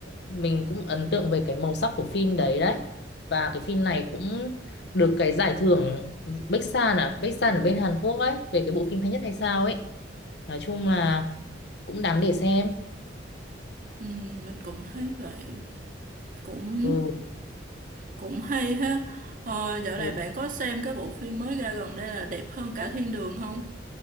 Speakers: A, on the left (about 65°); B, on the right (about 45°).
A: mình cũng ấn tượng về cái màu sắc của phim đấy đấy. Và cái phim này cũng được cái giải thưởng Bách à, Bách ở bên Hàn Quốc ấy, về cái bộ phim hay nhất hay sao ấy. Nói chung là cũng đáng để xem.
B: ừ, mình cũng thấy vậy cũng
A: Ừ,
B: cũng hay ha ờ, dạo
A: ừ,
B: này bạn có xem cái bộ phim mới ra gần đây là đẹp hơn cả thiên đường không